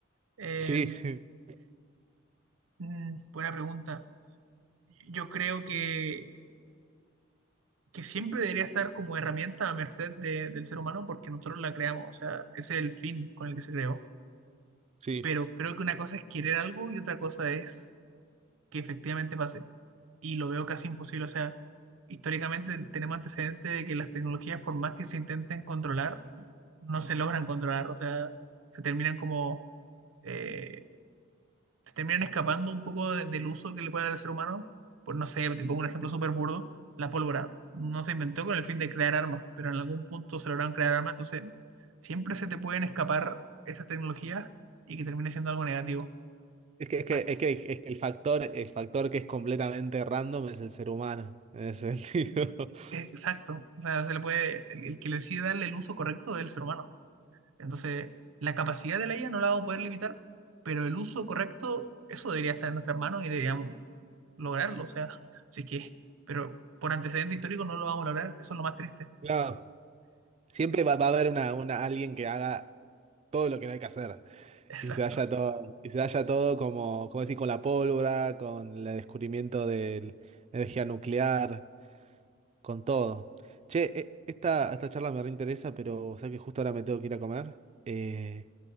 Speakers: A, on the right (about 80°); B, on the right (about 30°).
A: Eh,
B: Sí, <laughs>
A: mm, buena pregunta. Yo creo que que siempre debería estar como herramienta a merced de- del ser humano porque nosotros la creamos, o sea, ese es el fin con el que se creó.
B: sí.
A: Pero creo que una cosa es querer algo y otra cosa es que efectivamente pase. Y lo veo casi imposible, o sea, históricamente tenemos antecedentes de que las tecnologías, por más que se intenten controlar, no se logran controlar, o sea, se terminan como eh, se terminan escapando un poco de- del uso que le puede dar al ser humano. Por no sé, te pongo un ejemplo súper burdo: la pólvora no se inventó con el fin de crear armas, pero en algún punto se lograron crear armas, entonces siempre se te pueden escapar estas tecnologías y que termine siendo algo negativo.
B: Es que, es que,
A: Así-
B: es que, es que el factor, el factor que es completamente random es el ser humano, en ese sentido. <laughs>
A: eh, Exacto, o sea, se le puede, el el que le decide darle el uso correcto es el ser humano. Entonces, la capacidad de la IA no la vamos a poder limitar, pero el uso correcto, eso debería estar en nuestras manos y deberíamos lograrlo. O sea, <laughs> sí que, pero por antecedente histórico no lo vamos a lograr, eso es lo más triste.
B: Claro, siempre va, va a haber una, una, alguien que haga todo lo que no hay que hacer.
A: <laughs> Exacto.
B: Y se haya todo, y se haya todo como, como decir, con la pólvora, con el descubrimiento de la energía nuclear, con todo. Che, e- esta, esta charla me reinteresa, pero o sea que justo ahora me tengo que ir a comer. Eh,